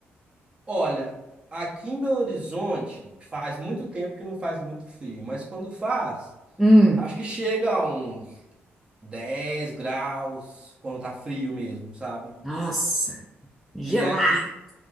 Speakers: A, on the right; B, in the centre.
A: Olha, aqui em Belo Horizonte faz muito tempo que não faz muito frio, mas quando faz,
B: Hum,
A: acho que chega a uns 10 graus quando tá frio mesmo, sabe?
B: nossa. Gelar.
A: E aqui